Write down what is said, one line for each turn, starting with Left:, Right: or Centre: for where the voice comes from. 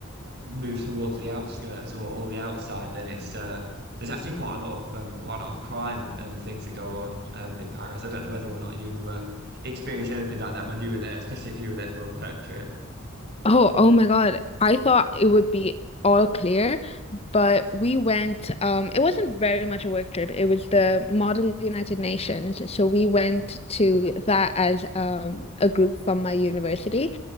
Right: move towards the outskirts or, or the outside, then it's uh, there's actually quite a lot of um, quite a lot of crime and, and things that go on um, in Paris. I don't know whether or not you uh, experienced anything like that when you were there, especially if you were there for a work trip.
Left: Oh, oh my God. I thought it would be all clear, but we went, um, it wasn't very much a work trip. It was the Model United Nations. So we went to that as um, a group from my university.